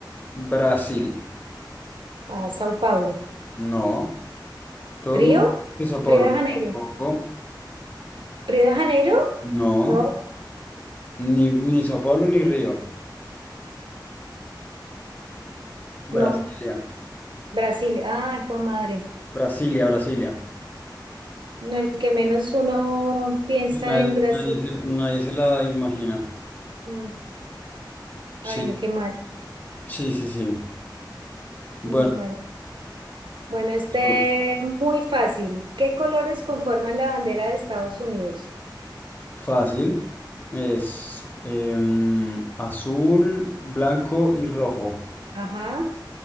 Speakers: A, on the left (about 20°); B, on the right (about 85°).
A: Brasil?
B: A Sao Paulo.
A: No. Todo
B: ¿Río?
A: el mundo que Sao
B: Río
A: Paulo.
B: de Janeiro.
A: Tampoco.
B: ¿Río de Janeiro?
A: No.
B: No,
A: Ni, ni Sao Paulo ni Río.
B: no.
A: Brasilia.
B: Brasil. Ay, fue madre.
A: Brasilia, Brasilia.
B: No, el que menos uno piensa
A: Nadie,
B: en Brasil.
A: nadie se, nadie se la imagina.
B: Mm.
A: Sí,
B: Ay, no, qué mal.
A: sí, sí, sí. Bueno,
B: Muy mal. Bueno, este
A: azul.
B: muy fácil. ¿Qué colores conforman la bandera de Estados Unidos?
A: fácil. Es em, azul, blanco y rojo.
B: Ajá,